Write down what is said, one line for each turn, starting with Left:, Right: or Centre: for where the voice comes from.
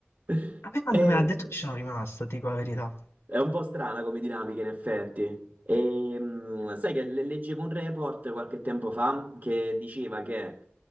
Right: <laughs>
Left: a me quando
Right: E,
Left: me l'ha detto ci sono rimasto, ti dico la verità.
Right: è un po' strana come dinamica, in effetti. E, mh, sai che le- leggevo un report qualche tempo fa che diceva che